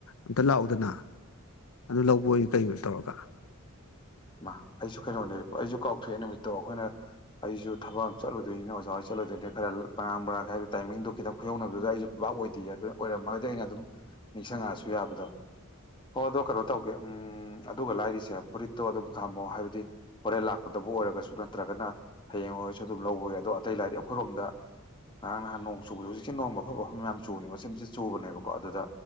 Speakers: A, on the left; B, on the left.
A: ꯑꯝꯇ ꯂꯥꯛꯎꯗꯅꯥ ꯑꯗꯨ ꯂꯧꯕ ꯑꯣꯏ ꯀꯩ ꯑꯣꯏ ꯇꯧꯔꯒ
B: ꯃꯥ ꯑꯩꯁꯨ ꯀꯩꯅꯣꯝꯅꯦ ꯑꯩꯁꯨ ꯀꯥꯎꯊꯣꯛꯑꯦ ꯅꯨꯃꯤꯠꯇꯣ ꯑꯩꯈꯣꯏꯅ ꯑꯩꯁꯨ ꯊꯕꯛ ꯑꯃ ꯆꯠꯂꯨꯗꯣꯏꯅꯤ ꯑꯣꯖꯥ ꯍꯣꯏ ꯆꯠꯂꯣꯏꯗꯣꯏꯗꯤ ꯈꯔ ꯄꯔꯥꯡ ꯄꯔꯥꯡꯥꯏꯗ ꯇꯥꯏꯃꯤꯡꯗꯨꯣ ꯈꯤꯇꯪ ꯈꯨꯌꯧꯅꯕꯗꯨꯗ ꯑꯩꯁꯨ ꯕꯥꯥꯛ ꯑꯣꯏꯗꯦ ꯑꯗꯨ ꯑꯣꯏꯔꯝꯃꯒꯗꯤ ꯑꯩꯅ ꯑꯗꯨꯝ ꯅꯤꯡꯁꯪꯉꯛꯑꯁꯨ ꯌꯥꯕꯗꯣ ꯍꯣ ꯑꯗꯣ ꯀꯩꯅꯣ ꯇꯧꯒꯦ ꯎꯝ ꯑꯗꯨꯒ ꯂꯥꯏꯔꯤꯁꯦ ꯐꯨꯔꯤꯠ ꯇꯣ ꯑꯗꯨꯝ ꯊꯝꯃꯣ ꯍꯥꯏꯕꯗꯤ ꯍꯣꯔꯦꯟ ꯂꯥꯛꯄꯗꯕꯨ ꯑꯣꯏꯔꯒꯁꯨ ꯅꯠꯇ꯭ꯔꯒꯅꯥ ꯍꯌꯦꯡ ꯑꯣꯏꯁꯨ ꯑꯗꯨꯝ ꯂꯧꯕ ꯌꯥꯏ ꯑꯗꯣ ꯑꯇꯩ ꯂꯥꯏꯗꯤ ꯑꯩꯈꯣꯏꯔꯣꯝꯗꯥ ꯉꯔꯥꯡ ꯅꯍꯥꯟ ꯅꯣꯡ ꯆꯨꯕꯗ ꯍꯧꯖꯤꯛꯀꯤ ꯅꯣꯡꯃ ꯃꯐꯝ ꯃꯐꯝ ꯃꯌꯥꯝ ꯆꯨꯕꯦ ꯃꯆꯤꯟ ꯃꯆ ꯆꯨꯕꯅꯦꯕꯀꯣ ꯑꯗꯨꯗ